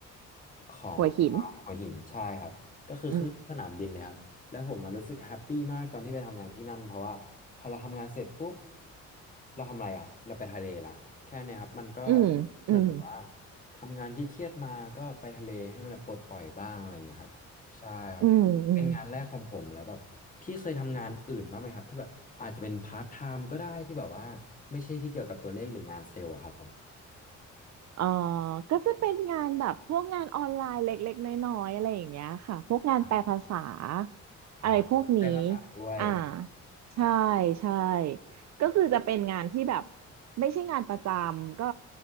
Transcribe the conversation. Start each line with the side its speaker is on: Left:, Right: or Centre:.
Left: ของอ่าหัวหินใช่ครับก็คือข้างสนามบินเลยครับแล้วผมมันรู้สึกแฮปปี้มากตอนที่ไปทำงานที่นั่นเพราะว่าพอเราทำงานเสร็จปุ๊บ
Right: หัวหินอืม
Left: เราทำอะไรอ่ะเราไปทะเลละแค่เนี้ครับมันก็
Right: อืมอืม
Left: เหมือนแบบว่าทำงานที่เครียดมาก็ไปทะเลให้มันแบบปลดปล่อยบ้างอะไรอย่างเงี้ยครับใช่ครับ
Right: อืมอืม
Left: เป็นงานแรกของผมแล้วแบบพี่เคยทำงานอื่นบ้างไหมครับที่แบบอาจจะเป็นพาร์ทไทม์ก็ได้ที่แบบว่าไม่ใช่ที่เกี่ยวกับตัวเลขหรืองานเซลล์อะครับผม
Right: เออก็จะเป็นงานแบบพวกงานออนไลน์เล็กๆน้อยๆอะไรอย่างเงี้ยค่ะ พวกงานแปลภาษา
Left: อ่ะอ่า
Right: อะไรพวกนี้
Left: ได้ภาษาด้วย
Right: อ่า
Left: อ่า
Right: ใช่ใช่ ก็คือจะเป็นงานที่แบบไม่ใช่งานประจำก็